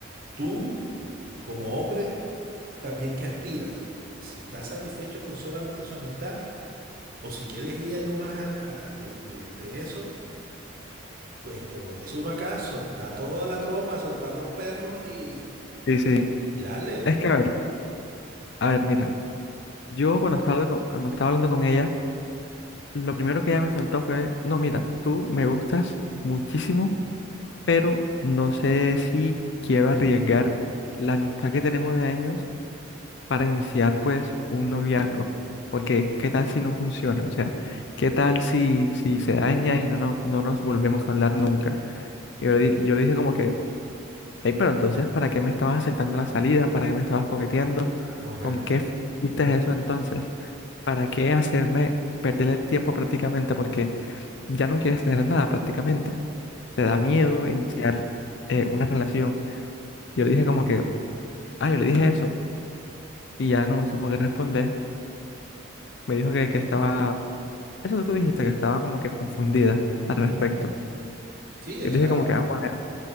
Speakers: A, on the right; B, on the left.
A: tú, como hombre, también que aspiras, si estás satisfecho con solamente su amistad o si quieres ir algo más a- a- de, de- de eso, pues como dice uno acá, soltá toda la tropa, soltá los perros y,
B: Sí, sí.
A: y dale, pero
B: Es que a ver, a ver, mira. Yo cuando estaba, hablando con- cuando estaba hablando con ella, lo primero que ella me soltó fue, no, mira, tú me gustas muchísimo, pero no sé si quiero arriesgar la amistad que tenemos de años para iniciar pues un noviazgo, porque ¿qué tal si no funciona? O sea, ¿qué tal si, si se daña y no, no, no nos volvemos a hablar nunca? Y yo, le di- yo le dije como que, hey, pero entonces, ¿para qué me estabas aceptando la salida? ¿Para qué me estabas coqueteando?
A: correcto,
B: ¿Con qué hiciste eso entonces? ¿Para qué hacerme perder el tiempo prácticamente? Porque ya no quieres tener nada prácticamente. Te
A: correcto.
B: da miedo iniciar eh, una relación. Yo le dije como que, ah, yo le dije eso. Y ya no me supo qué responder. Me dijo que, que estaba, eso que tú dijiste, que estaba como que confundida al respecto.
A: Ujú. Sí,
B: Yo
A: o
B: le
A: sea.
B: dije como que, ah, bueno,